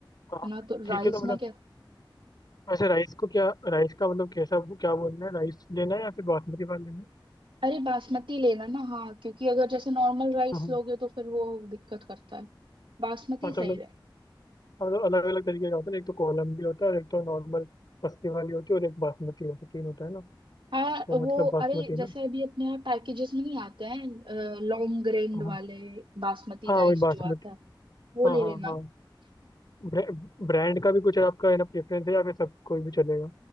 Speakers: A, on the left; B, on the right.
A: हाँ
B: है ना तो राइस
A: ठीक है तो
B: में
A: मतलब
B: क्या
A: वैसे राइस को क्या राइस का मतलब कैसा क्या बोलना है राइस लेना है या फिर बासमती वाला लेना है
B: अरे बासमती लेना ना हाँ क्योंकि अगर जैसे नॉर्मल राइस
A: हाँ हाँ
B: लोगे तो फिर वो दिक्कत करता है बासमती
A: अच्छा
B: सही
A: मतलब
B: रहेगा
A: मतलब अलग अलग तरीके का होता है ना, एक तो कोलम भी होता है और एक तो नॉर्मल पस्ती वाली होती है और एक बासमती होती है तीन होता है ना
B: हाँ
A: तो
B: वो
A: मतलब बासमती
B: अरे जैसे
A: ना
B: अभी अपने यहाँ पैकेजेस में नहीं आते हैं लॉन्ग ग्रेन्ड
A: हाँ
B: वाले बासमती
A: हाँ
B: राइस
A: वही बासमती
B: जो आता है वो
A: हाँ
B: ले
A: हाँ
B: लेना
A: हाँ ब्रे, ब्रांड का भी कुछ है आपका है ना प्रेफरेंस है या फिर सब कोई भी चलेगा